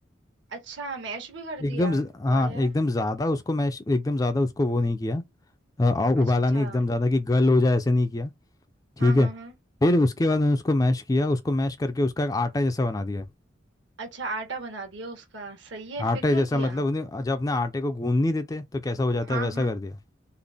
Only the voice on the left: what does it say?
एकदम
ज- हाँ
एकदम ज़्यादा उसको मैश एकदम ज़्यादा उसको वो नहीं किया अ, आ-
उबाला
नहीं एकदम ज़्यादा कि गल हो जाए ऐसे नहीं किया ठीक
है
फिर उसके बाद मैंने उसको मैश किया उसको मैश करके उसका एक आटा जैसा बना दिया
आटा
जैसा
मतलब उन्हें जब अपने आटे को गूंद नहीं देते तो कैसा हो जाता
है वैसा
कर दिया